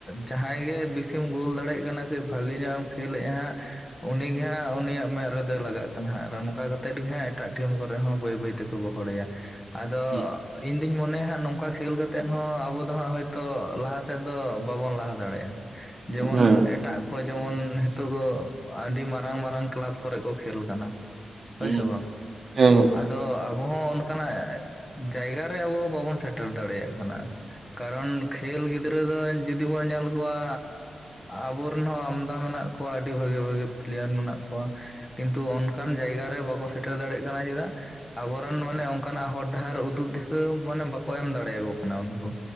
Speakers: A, on the left; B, on the right.
A: ᱡᱟᱦᱟᱸᱭ ᱜᱮ ᱵᱤᱥ ᱥᱮᱢ ᱜᱳᱞ ᱫᱟᱲᱮᱭᱟᱜ ᱠᱟᱱᱟ ᱯᱮ ᱵᱷᱟᱜᱮ ᱧᱚᱜ ᱮᱢ ᱠᱷᱮᱞᱮᱫᱼᱟ ᱦᱟᱸᱜ ᱩᱱᱤᱜ ᱦᱟᱸᱜ ᱩᱱᱤᱭᱟᱜ ᱢᱮᱫ ᱨᱮᱫᱚᱭ ᱞᱟᱜᱟᱜ ᱠᱟᱱᱟ ᱦᱟᱸᱜ ᱟᱨ ᱱᱚᱝᱠᱟ ᱠᱟᱛᱮᱫ ᱜᱮ ᱦᱟᱸᱜ ᱮᱴᱟᱜ ᱴᱷᱤᱢ ᱠᱚᱨᱮ ᱦᱚᱸ ᱵᱟᱹᱭ ᱵᱟᱹᱭ ᱛᱮᱠᱚ ᱜᱚᱦᱚᱲᱮᱭᱟ ᱟᱫᱚ
B: ᱦᱩᱸ
A: ᱤᱧ ᱫᱩᱧ ᱢᱚᱱᱮᱭᱟ ᱦᱟᱜ ᱱᱚᱝᱠᱟ ᱠᱷᱮᱞ ᱠᱟᱛᱮᱜ ᱦᱚᱸ ᱟᱵᱚ ᱫᱚ ᱦᱟᱸᱜ ᱦᱭᱛᱚ ᱞᱟᱦᱟ ᱥᱮᱫ ᱫᱚ ᱵᱟᱵᱚᱱ ᱞᱟᱦᱟ ᱫᱟᱲᱮᱭᱟᱜᱼᱟ ᱡᱮᱢᱚᱱ
B: ᱦᱩᱸ
A: ᱮᱴᱟᱜ ᱚᱠᱚᱭ ᱡᱮᱢᱚᱱ ᱱᱤᱛᱚᱜ ᱫᱚ ᱟᱹᱰᱤ ᱢᱟᱨᱟᱝ ᱢᱟᱨᱟᱝ ᱠᱟᱞᱟᱵᱽ ᱠᱚᱨᱮ ᱠᱚ ᱠᱷᱮᱞ ᱠᱟᱱᱟ ᱦᱳᱭ
B: ᱦᱮᱸ
A: ᱥᱮ ᱵᱟᱝ
B: ᱦᱩᱸ ᱦᱩᱸ ᱦᱮᱸ ᱜᱚᱝᱠᱮ
A: ᱟᱫᱚ ᱟᱵᱚᱦᱚᱸ ᱚᱱᱠᱟᱱᱟᱜ ᱡᱟᱭᱜᱟ ᱨᱮ ᱟᱵᱚ ᱵᱟᱵᱚᱱ ᱥᱮᱴ ᱥᱮᱴᱮᱨ ᱫᱟᱲᱮᱭᱟᱜ ᱠᱟᱱᱟ ᱠᱟᱨᱚᱱ ᱠᱷᱮᱞ ᱜᱤᱫᱽᱨᱟᱹ ᱫᱚ ᱡᱩᱫᱤ ᱵᱚᱱ ᱧᱮᱞ ᱠᱚᱣᱟ ᱟᱵᱚᱨᱮᱱ ᱦᱚᱸ ᱟᱢᱫᱟ ᱢᱮᱱᱟᱜ ᱠᱚᱣᱟ ᱟᱹᱰᱤ ᱵᱷᱟᱜᱮᱹ ᱵᱷᱟᱜᱮᱹ ᱯᱮᱞᱮᱭᱟᱨ ᱢᱮᱱᱟᱜ ᱠᱚᱣᱟ ᱠᱤᱱᱛᱩ ᱚᱱᱠᱟᱱ ᱡᱟᱭᱜᱟᱨᱮ ᱵᱟᱠᱚ ᱥᱮᱴᱮᱨ ᱫᱟᱲᱮᱜ ᱠᱟᱱᱟ ᱪᱮᱫᱟᱜ ᱟᱵᱚᱨᱮᱱ ᱢᱟᱱᱮ ᱚᱱᱠᱟᱱᱟᱜ ᱦᱚᱨ ᱰᱟᱦᱟᱨ ᱩᱫᱩᱜ ᱫᱤᱥᱟᱹ ᱢᱟᱱᱮ ᱵᱟᱠᱚ ᱮᱢ ᱫᱟᱲᱮᱭᱟᱠᱚ ᱠᱟᱱᱟ ᱩᱱᱠᱩ